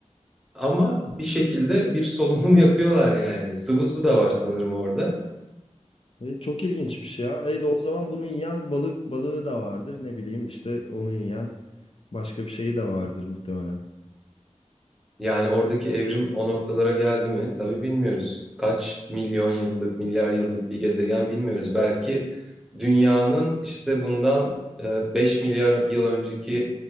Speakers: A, in the centre; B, on the left.
A: ama bir şekilde bir solunum <laughs> yapıyorlar yani. Sıvı su da var sanırım orada.
B: E, çok ilginçmiş ya. E, o zaman bunu yiyen balık balığı da vardır. Ne bileyim işte onu yiyen başka bir şeyi de vardır muhtemelen.
A: Yani oradaki evrim o noktalara geldi mi? Tabii bilmiyoruz. Kaç milyon yıllık, milyar yıllık bir gezegen bilmiyoruz. Belki dünyanın işte bundan e, 5 milyar yıl önceki